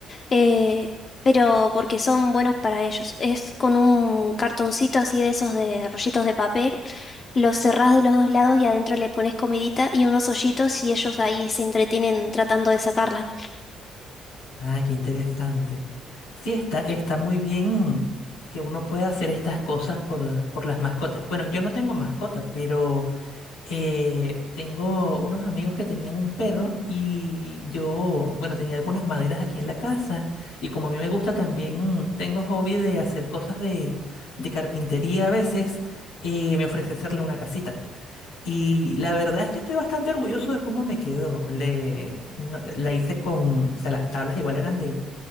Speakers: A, on the left (about 45°); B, on the left (about 85°).
A: eh, pero porque son buenos para ellos. Es con un cartoncito así de esos de rollitos de papel Los cerrás de los dos lados y adentro le pones comidita y unos hoyitos y ellos ahí se entretienen tratando de sacarla.
B: Ah, qué interesante. Sí, está, está muy bien que uno pueda hacer estas cosas por, por las mascotas. Bueno, yo no tengo mascotas, pero. Eh, tengo unos amigos que tenían un perro y yo, bueno, tenía algunas maderas aquí en la casa y como a mí me gusta también, tengo hobby de hacer cosas de, de carpintería a veces, eh, me ofrecí hacerle una casita. Y la verdad es que estoy bastante orgulloso de cómo me quedó. Le, no- la hice con, o sea, las tablas igual eran de